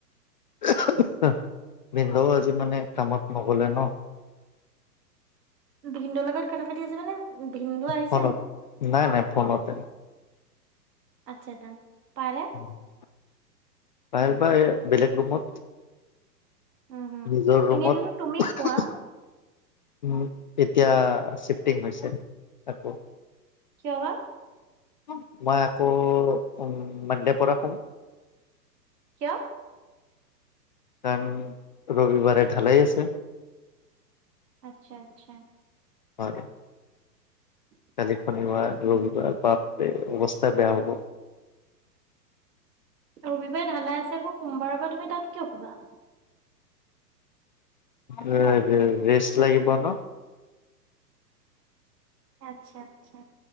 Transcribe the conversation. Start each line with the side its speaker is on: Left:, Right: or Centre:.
Left: এহঃ উহঃ আহ ভিনদেউ আজি মানে কামত নগলে ন।
Right: ভিনদেউৰ লগত কথা পাতি আছে মানে ভিনদেউ আহিছে
Left: ফোনত
Right: নি।
Left: নাই নাই ফোনতে।
Right: আচ্ছা ডান। তাহলে
Left: হু হু চু ভাল পাই এ বেলেগ ৰুমত চুচ
Right: উম হম
Left: নিজৰ ৰুমত
Right: এনেইতোতো তুমি
Left: উহঃ
Right: খোৱা
Left: উহ উম উ এতিয়া শিফ্টিং হৈছে আকৌ।
Right: কি কলা?
Left: কম নেকি। মই আকৌ উম মানডে পৰা শুম।
Right: কিয়?
Left: কাৰণ ৰবিবাৰে ঢালাই আছে।
Right: আচ্ছা আচ্ছা।
Left: হয় দে।
Right: টো টু
Left: কালি শনিবাৰ ৰবিবাৰ বাপৰে অৱস্থা বেয়া হ'ব।
Right: ৰবিবাৰে ঢালাই আছে আকৌ সোমবাৰৰ পৰা তুমি তাত কিয় শুবা?
Left: ৰে ৰে ৰেষ্ট লাগিব ন।
Right: এ আচ্ছা আচ্ছা।